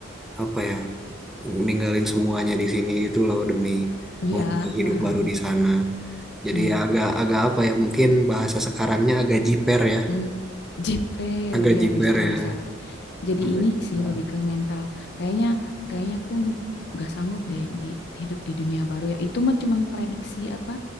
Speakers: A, in the centre; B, on the left.
A: apa ya, ninggalin semuanya di sini itu loh demi
B: iya
A: memulai hidup
B: paham
A: baru di sana. Jadi
B: iya
A: ya agak agak apa ya, mungkin bahasa sekarangnya agak jiper ya,
B: mm. jiper
A: agak
B: iya
A: jiper
B: bisa
A: ya,
B: bisa jadi
A: agak
B: ini
A: jiper.
B: sih lebih ke mental. Kayaknya kayaknya aku nggak sanggup deh di hidup di dunia baru ya. Itu mah cuman prediksi apa?